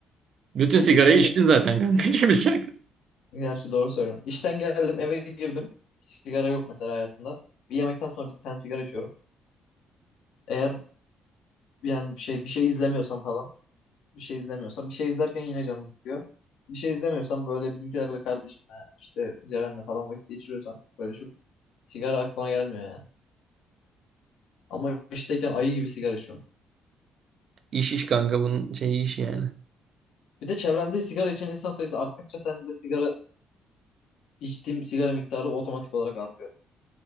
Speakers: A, on the right; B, on the left.
A: Bütün
B: İş,
A: sigarayı
B: işten
A: içtin
B: ge-
A: zaten kanka. <laughs> İçmeyecek.
B: gerçi doğru söylüyorum. İşten geldim eve girdim. Sigara yok mesela hayatımda. Bir yemekten sonra bir tane sigara içiyorum. Eğer Yani bir şey bir şey izlemiyorsam falan. Bir şey izlemiyorsam. Bir şey izlerken yine canım istiyor. Bir şey izlemiyorsam böyle bizimkilerle kardeşimle işte Ceren'le falan vakit geçiriyorsam böyle çok sigara aklıma gelmiyor yani. Ama işteyken ayı gibi sigara içiyorum.
A: İş iş kanka bunun şeyi iş yani.
B: Bir de çevrende sigara içen insan sayısı arttıkça sen de sigara içtiğim sigara miktarı otomatik olarak artıyor.